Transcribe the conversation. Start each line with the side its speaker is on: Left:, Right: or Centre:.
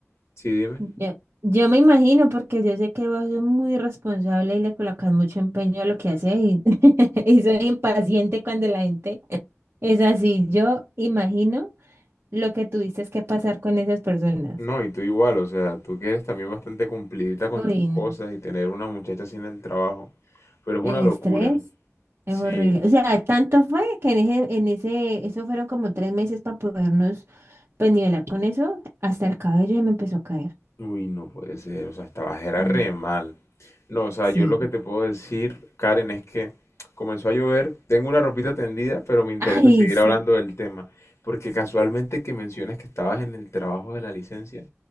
Left: Sí, dime.
Right: yo, yo me imagino porque yo sé que vos sos muy responsable y le colocas mucho empeño a lo que haces y, <laughs> y soy impaciente cuando la gente es así. Yo imagino lo que tuviste que pasar con esas personas.
Left: No, y tú igual, o sea, tú que eres también bastante cumplidita con
Right: Uy,
Left: tus
Right: no.
Left: cosas y tener una muchacha así en el trabajo. Pero es
Right: El
Left: una locura.
Right: estrés es
Left: Sí.
Right: horrible. O sea, tanto fue que en ese, en ese, eso fueron como tres meses para podernos, pues, nivelar con eso. Hasta el cabello ya me empezó a caer.
Left: Uy, no puede ser, o sea, estabas era
Right: Mm.
Left: re mal. No, o sea,
Right: Sí.
Left: yo lo que te puedo decir, Karen, es que comenzó a llover, tengo una ropita tendida, pero me interesa
Right: Ay,
Left: seguir
Right: sí.
Left: hablando del tema, porque casualmente que mencionas que estabas en el trabajo de la licencia,